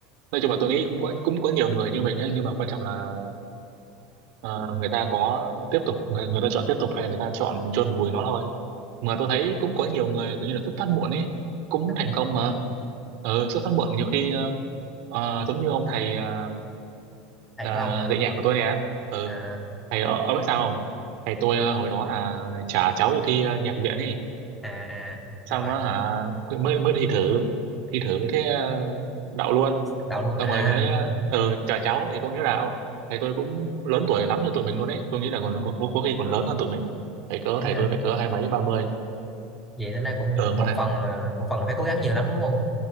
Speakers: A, on the right; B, in the centre.
A: nói chung là tôi nghĩ cũng có cũng có nhiều người như mình ấy nhưng mà quan trọng là ờ, người ta có tiếp tục người, người ta chọn tiếp tục hay người ta chọn chôn vùi nó thôi mà tôi thấy cũng có nhiều người kiểu như là xuất phát muộn ấy cũng
B: xuất phát
A: thành
B: muộn
A: công mà ừ, xuất phát muộn nhiều khi ờ, ờ, giống như ông thầy ờ,
B: thầy
A: ờ,
B: của ông hả
A: dạy nhạc của tôi nè ừ,
B: à
A: thầy ờ, ông biết sao không thầy tôi ờ, hồi đó là trả cháu đi thi ờ, nhạc viện ấy
B: à à
A: xong
B: rồi
A: á hả mới mới thi thử thi thử thế ờ, đậu luôn
B: đậu luôn
A: xong
B: à
A: rồi mới ờ chào cháu thì có nghĩa là ô, thầy tôi cũng lớn tuổi lắm như tụi mình luôn ấy tôi nghĩ là còn có, có, có khi còn lớn hơn tụi mình thầy cỡ
B: tính
A: thầy
B: ra
A: tôi phải cỡ hai mấy ba mươi
B: vậy tính ra cũng
A: ờ
B: một một
A: một này
B: phần là một phần là phải cố gắng nhiều lắm đúng không